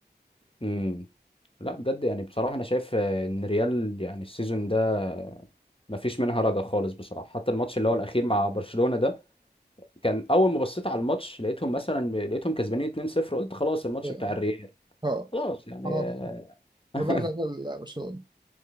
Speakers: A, on the left (about 30°); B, on the right (about 25°).
A: امم لا بجد يعني بصراحة أنا شايف آه، إن ريال يعني السيزون ده آه، مفيش منها رجع خالص بصراحة حتى الماتش اللي هو الأخير مع برشلونة ده كان أول ما بصيت على الماتش لقيتهم مثلا ب- لقيتهم كسبانين 2-0 قلت خلاص الماتش
B: ايوه
A: بتاع الريال
B: اه
A: خلاص يعني
B: آه،
A: آه،
B: ده.
A: <laughs>
B: أربعة تلاتة برشلونة